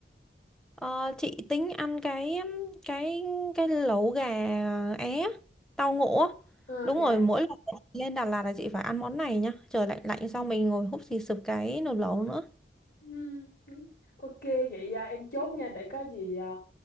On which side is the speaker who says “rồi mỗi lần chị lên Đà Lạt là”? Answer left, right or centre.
Centre